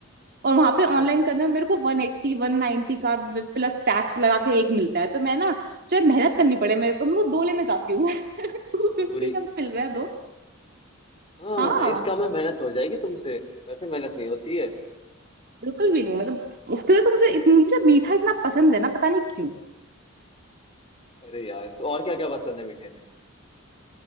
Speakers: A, on the right; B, on the left.
A: और वहां पे
B: अच्छा
A: ऑनलाइन करने में मेरे को वन एट्टी वन नाइन्टी का प्लस टैक्स लगा के एक मिलता है तो मैं ना चाहे मेहनत करनी पड़े मेरे को मैं वो दो लेना चाहती हूँ <laughs> टू फिफ्टी
B: दूरी
A: का मिल
B: अच्छा
A: रहा है दो
B: हाँ
A: हाँ
B: इसका में मेहनत हो जाएगी तुमसे वैसे मेहनत नहीं होती है
A: बिल्कुल भी नहीं मतलब उसके लिए तो मुझे इत- मुझे मीठा इतना पसंद है ना पता नहीं क्यों
B: अरे यार तो और क्या क्या पसंद है मीठे में